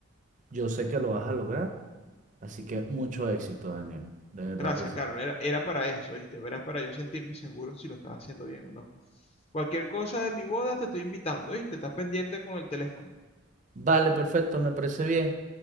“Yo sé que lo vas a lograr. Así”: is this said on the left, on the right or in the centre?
Right